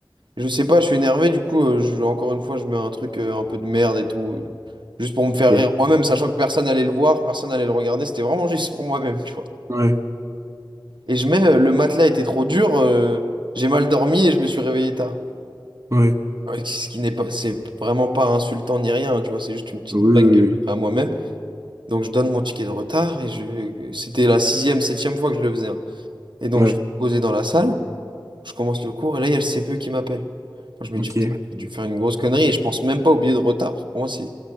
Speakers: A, on the right (about 70°); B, on the right (about 40°).
A: Je sais pas, je suis énervé, du coup, euh, je- encore une fois, je mets un truc euh, un peu de merde et tout. Juste pour me faire
B: ok.
A: rire moi-même, sachant que personne allait le voir, personne allait le regarder. C'était vraiment juste pour moi-même, tu vois.
B: Ouais,
A: Et je mets, euh, le matelas était trop dur, euh, j'ai mal dormi et je me suis réveillé tard.
B: ouais.
A: Ouais, Ce qui n'est pas, c'est vraiment pas insultant ni rien, tu vois, c'est juste une petite
B: Oui, oui,
A: blague que
B: oui.
A: je fais à moi-même. Donc je donne mon ticket de retard et je, c'était la sixième, septième fois que je le faisais. hein. Et donc
B: oui. Ouais,
A: je suis posé dans la salle, je commence le cours et là il y a le CPE qui m'appelle. Moi, je me
B: ok.
A: dis, putain, j'ai dû faire une grosse connerie et je pense même pas au billet de retard. Parce que pour moi, c'est